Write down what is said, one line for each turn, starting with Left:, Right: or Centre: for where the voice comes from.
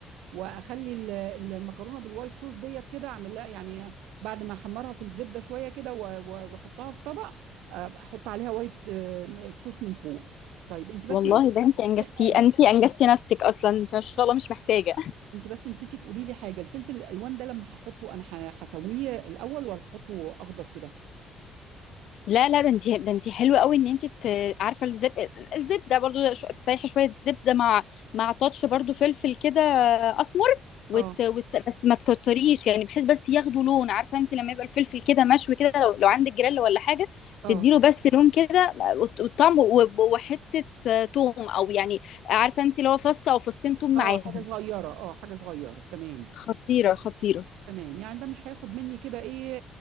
Right: واخلي ال- ال- المكرونه بالوايت صوص ديت كده اعمل لها يعني بعد ما احمرها في الزبده شويه كده و- و- واحطها في طبق آه، احط عليها وايت آه، صوص من فوق طيب انت بس
Left: والله
Right: نسيتي
Left: ده انت انجزتي
Right: حاجه
Left: انت انجزتي نفسك اصلا انت ما شاء الله مش محتاجة
Right: انت بس نسيتي تقولي لي حاجه الفلفل الالوان ده لما هحطه انا ه- هسويه الاول ولا هحطه اخضر كده
Left: لا لا ده انت ده انت حلوه قوي ان انت ت- عارفه الزب الزبده برضو ش- تسيحي شويه زبده مع مع تاتش برضو فلفل كده اسمر وت...
Right: اه
Left: وت... بس ما تكتريش يعني بحيث بس ياخدوا لون عارفه انت لما يبقى الفلفل كده مشوي كده لو لو عندك جريل ولا حاجه
Right: اه
Left: تديله بس لون كده وت- والطعم و- وحته توم او يعني عارفه انت اللي هو فص او فصين توم
Right: اه
Left: معاهم
Right: حاجه صغيره اه حاجه صغيره تمام
Left: خطيره خطيره
Right: تمام يعني ده مش هياخد مني كده ايه